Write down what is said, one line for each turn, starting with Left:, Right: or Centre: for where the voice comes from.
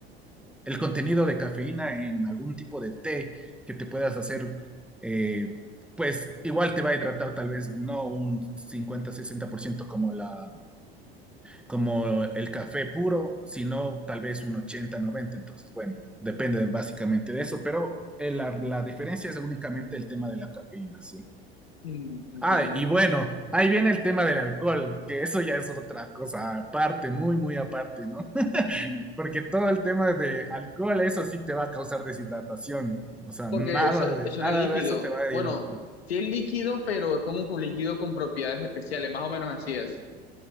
Centre: el contenido de cafeína en algún tipo de té que te puedas hacer, eh, pues igual te va a hidratar tal vez no un cincuenta a sesenta por ciento como, la, como el café puro, sino tal vez un 80-90%. Entonces, bueno, depende básicamente de eso, pero la, la diferencia es únicamente el tema de la cafeína, sí.
Left: Mm, entiendo.
Centre: Ah, y bueno, ahí viene el tema del alcohol, que eso ya es otra cosa aparte, muy, muy aparte, ¿no? porque todo el tema de alcohol, eso sí te va a causar deshidratación. O sea,
Left: Porque
Centre: nada
Left: eso,
Centre: de,
Left: eso
Centre: nada
Left: no es líquido.
Centre: de eso te va a
Left: Bueno,
Centre: hidratar.
Left: sí es líquido, pero es como un líquido con propiedades especiales, más o menos así es.